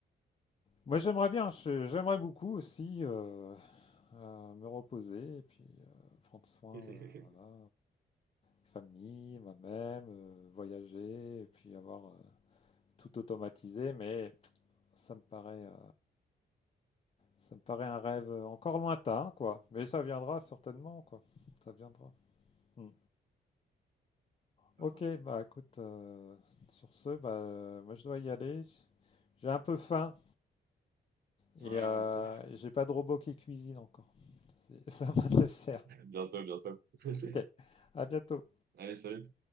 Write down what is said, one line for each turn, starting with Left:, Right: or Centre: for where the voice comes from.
Left: Moi, j'aimerais bien. je- J'aimerais beaucoup aussi euh, euh, me reposer et puis euh, prendre soin
Right: <laughs>
Left: de voilà, famille, moi-même, euh, voyager et puis avoir euh, tout automatisé. Mais ça me paraît... euh, Ça me paraît un rêve encore lointain, quoi. Mais ça viendra certainement, quoi. Ça viendra. Mm. Ok,
Right: Attends, je...
Left: bah écoute, euh, sur ce, bah, euh, moi je dois y aller. J'ai un peu faim et
Right: Ouais,
Left: euh,
Right: ouais, ça,
Left: j'ai pas de robot qui cuisine encore. C'est <laughs> c'est à de le faire.
Right: Bientôt, bientôt. <laughs>
Left: Ok, à bientôt.
Right: Allez, salut.